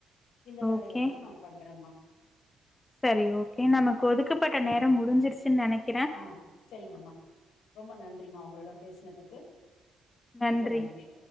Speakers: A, on the left; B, on the left.
A: இந்த வேலைகள்லா
B: ஓகே
A: நான் பண்றம்மா
B: செரி ஓகே நமக்கு ஒதுக்கப்பட்ட நேரோ முடிஞ்சிருச்சின் நெனைக்
A: ஆ செரிங்கம்மா ரொம்ப
B: ஆ
A: நன்றிம்மா உங்களிடம் பேஸ்னதுக்கு
B: நன்றி
A: மிக்க மகிழ்ச்சி